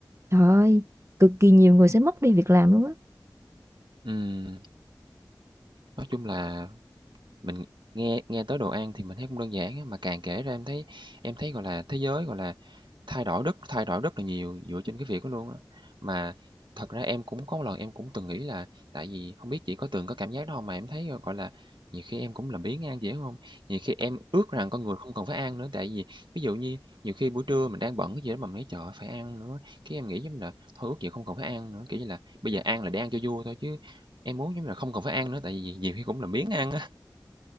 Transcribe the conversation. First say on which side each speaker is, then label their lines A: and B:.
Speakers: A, on the right (about 35°); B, on the right (about 80°).
A: Trời ơi, cực kỳ nhiều người sẽ mất đi việc làm luôn á.
B: Ừm, nói chung là mình nghe nghe tới đồ ăn thì mình thấy cũng đơn giản á, mà càng kể ra em thấy em thấy, gọi là, thế giới, gọi là Thay đổi rất thay đổi rất là nhiều dựa trên cái việc đó luôn á. Mà thật ra em cũng có một lần em cũng từng nghĩ là tại vì không biết chị có từng có cảm giác đó không Mà em thấy, ờ, gọi là, nhiều khi em cũng làm biếng ăn chị hiểu hông? Nhiều khi em ước rằng con người không cần phải ăn nữa, tại vì ví dụ như nhiều khi buổi trưa mình đang bận cái gì đó mà mình nói "Trời ơi, phải ăn nữa", cái em nghĩ giống như là thôi ước gì không cần phải ăn nữa, kiểu như là, bây giờ ăn là để ăn cho vui thôi chứ em muốn giống như là không cần phải ăn nữa, tại vì nhiều khi cũng làm biếng ăn á.